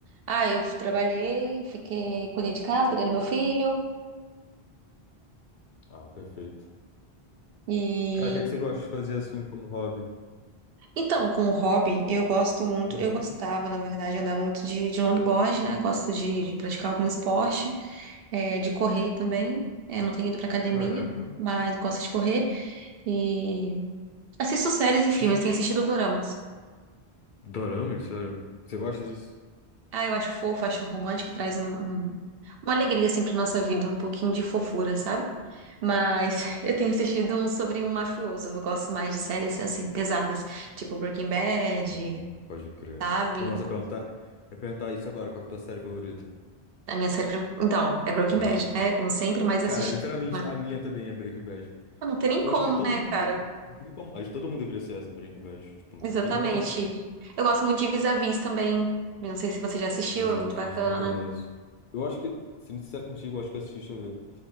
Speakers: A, on the right (about 65°); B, on the left (about 60°).
A: Ah, eu trabalhei, fiquei, cuidei de casa, cuidei do meu filho.
B: Ah, perfeito.
A: E
B: Cara, o que é que você gosta de fazer assim como hobby?
A: Então, com o hobby, eu gosto muito,
B: Uhum.
A: eu gostava, na verdade, andar muito de, de longboard, né? Gosto de, de praticar algum esporte, é, de correr também. É, não tenho ido pra academia,
B: Caraca.
A: mas gosto de correr. E assisto séries e filmes,
B: Que
A: tenho assistido doramas.
B: dorama, sério? Você gosta disso?
A: Ah, eu acho fofo, acho romântico, traz um, um- uma alegria assim pra nossa vida, um pouquinho de fofura, sabe? Mas <laughs> eu tenho assistido um sobre um mafioso, eu gosto mais de séries assim, pesadas, tipo Breaking Bad,
B: Uhum, pode crer.
A: sabe?
B: O nosso é perguntar, é perguntar isso agora, qual que é a tua série favorita?
A: A minha série, pre- então, é Breaking
B: Aham.
A: Bad, né? Como sempre, mas eu
B: Cara,
A: assisti.
B: literalmente,
A: mas
B: a minha também é Breaking Bad.
A: Não tem nem
B: Eu
A: como,
B: acho que de todo
A: né,
B: mundo.
A: cara?
B: Não tem como- acho que todo mundo deveria ser essa, Breaking Bad. Tipo, não
A: Exatamente.
B: tem nem comparação.
A: Eu gosto muito de Vis-a-Vis também. Eu Não sei se você já assistiu,
B: Vis-a-vis,
A: é muito bacana.
B: não conheço. Eu acho que, sendo sincero contigo, eu acho que eu assisti, deixa eu ver.